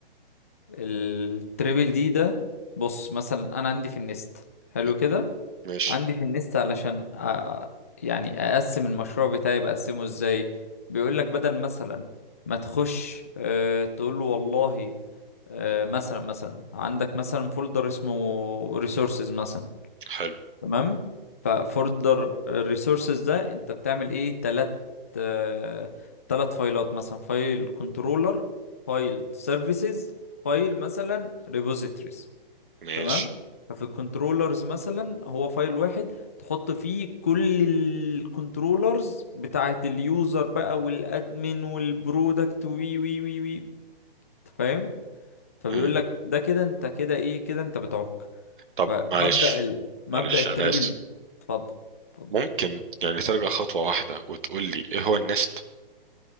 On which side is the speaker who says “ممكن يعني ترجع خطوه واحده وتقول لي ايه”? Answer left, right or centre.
Right